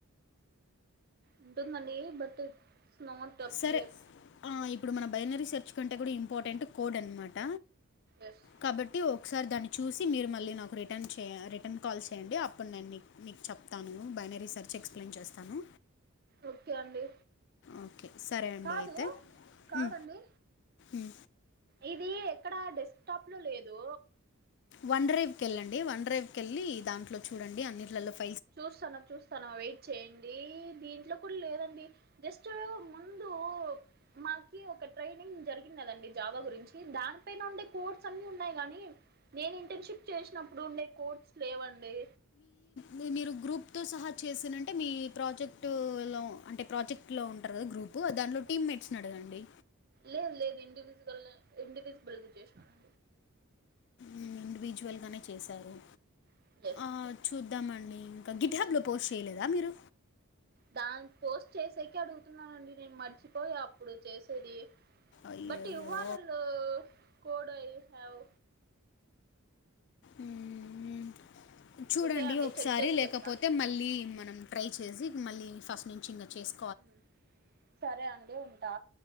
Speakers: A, on the right; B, on the left.
A: ఉంటుందండి బట్ ఇట్స్ నాట్ డపియర్
B: సరే ఆ ఇప్పుడు మన బైనరీ సెర్చ్ కంటే కూడా ఇంపార్టెంట్ కోడ్ అన్నమాట
A: ఎస్
B: కాబట్టి ఒకసారి దాన్ని చూసి మీరు మళ్ళీ నాకు రిటర్న్ చేయ రిటర్న్ కాల్ చేయండి అప్పుడు నేను నీ నీకు చెప్తాను బైనరీ సెర్చ్ ఎక్స్ప్లైన్ చేస్తాను
A: ఓకే అండి
B: ఓకే సరే అండి
A: కాదు
B: అయితే
A: కాదండి
B: ఉ ఉ
A: ఇది ఎక్కడా డెస్ టాప్ లో లేదు
B: వన్ డ్రైవ్ కెళ్ళండి వాన్డ్రైవ్ కెళ్ళి దాంట్లో చూడండి అన్నింట్లల్లో ఫ్
A: చూస్తాన చూస్తాన్నా వెయిట్ చేయండి దీంట్లో కూడా లేదండి జస్ట్ ముందు మాకి ఒక ట్రైనింగ్ జరిగిన్నదండి జావా గురించి దానిపైన ఉండే కోడ్స్ అన్ని ఉన్నాయి గాని నేను ఇంటర్న్షిప్ చేష్నప్పుడు ఉండే కోడ్స్ లేవండి
B: మి మీరు గ్రూప్తో సహా చేసినుంటే మీ ప్రాజెక్టు లో అంటే ప్రాజెక్ ట్లో ఉంటరు గదా గ్రూపు దాంట్లో టీమ్ మేట్స్ నడగండి
A: లేదు లేదు ఇండివిజువల్ ఇండివిజిబుల్గా జేసినామ్
B: ఉమ్ ఇండివిజువల్ గానే చేసారు
A: లే
B: ఆ చూద్దామండి ఇంక గిట్ హబ్బ్లో పోస్ట్ చేయలేదా మీరు
A: దాని పోస్ట్ చేసేకే అడుగుతున్నానండి నేను మర్చిపోయా అప్పుడు చేసేది
B: అయ్యయ్యో
A: బట్ యువారల్లు code I have
B: um um చూడండి
A: okay అండి
B: ఒకసారి
A: చెక్ చేసి
B: లేకపోతే
A: చెప్తా
B: మళ్ళీ మనం ట్రై చేసి మళ్ళీ ఫస్ట్ నుంచి ఇంకా చేస్
A: ఉమ్ సరే అండి ఉంటా